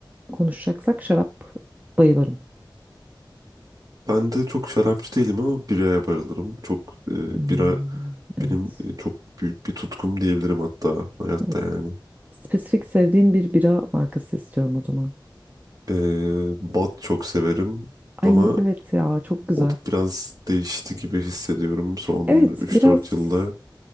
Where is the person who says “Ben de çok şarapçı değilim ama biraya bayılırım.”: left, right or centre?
Right